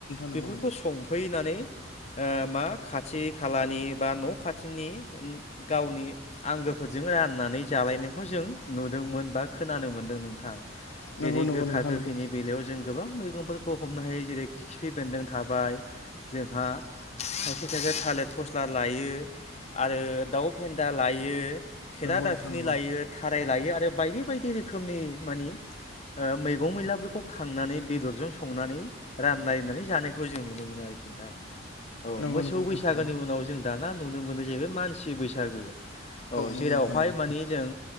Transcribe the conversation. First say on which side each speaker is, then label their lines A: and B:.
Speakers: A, on the left (about 85°); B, on the left (about 35°).
A: नोंथां नंगौ
B: बेफोरखौ सं हैनानै ओ मा खाथि खालानि बा न' खाथिनि ओम गावनि आंगोफोरजों जों राननानै जालायनायखौ जों नुदोंमोन बा खोनानो मोन्दों नोंथां।
A: नंगौ
B: जेरै
A: नंगौ
B: गोखा
A: नोंथां
B: गोखैनि
A: नंगौ
B: बेलायाव जों गोबां मैगंफोरखौ हमनो हायो जेरै खिफि बेन्दों थाबाय जोंहा खायसे खायसे थालिर फस्ला लायो आरो दाउ फेन्दा लायो। खेरादाफिनि
A: नंगौ नोंथां नंगौ
B: लायो थाराय लायो आरो बायदि बायदि रोखोमनि मानि ओ मैगं मैलाफोरखौ खांनानै बेदरजों संनानै रानलायनानै जानायखौ जों नुनो मोन <unintelligible> नोंथां औ
A: नंगौ
B: मोसौ
A: नोंथां नंगौ नोंथां नंगौ नोंथां नंगौ नोंथां नंगौ नोंथां
B: बैसागोनि
A: थारैनो
B: उनाव जों दाना नुनो मोनो जाहैबाय मानसि बैसागो औ
A: नंगौ
B: जेरावहाय
A: नोंथां नंगौ
B: माने जों